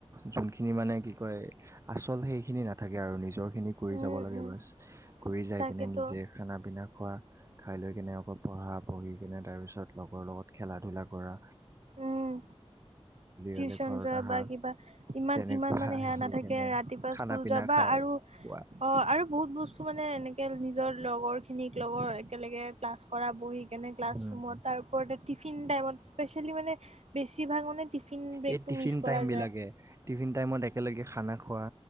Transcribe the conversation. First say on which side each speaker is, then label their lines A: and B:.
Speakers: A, on the right (about 30°); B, on the right (about 80°).
A: যোনখিনি মানে কি কয় আ আচল সেইখিনি নাথাকে আৰু নিজৰ কৰি
B: উম,
A: যাব লাগে
B: উম,
A: বছ কৰি যাই
B: তাকেতো
A: কিনে নিজে খানা পিনা খোৱা খাই লৈ কেনে আকৌ পঢ়া পঢ়ি কেনে তাৰ পিছত লগৰ লগত খেলা ধূলা পৰা
B: উম টিউচন
A: হ'লে ঘৰত
B: যোৱা
A: আহা।
B: বা কিবা ইমান
A: তেনেকুৱা
B: ইমান মানে
A: আহি
B: সেয়া নাথাকে
A: কেনে
B: ৰাতিপুৱা
A: খানা
B: স্কুল
A: পিনা
B: যোৱা বা
A: খাই
B: আৰু
A: খোৱা
B: অ আৰু বহুত বস্তু মানে এনেকে নিজৰ লগৰ খিনিক এক লগৰ একেলগে ক্লাছ কৰা বহি কেনে ক্লাছ
A: উম,
B: ৰুম তাৰওপৰতে টিফিন টাইমত স্পে খেলি মানে বেছিভাগ মানে টিফিন ব্ৰেকটো
A: এই টিফিন
B: মিছ কৰা
A: টাইম বিলাকে টিফিন টাইমত একেলগে খানা খোৱা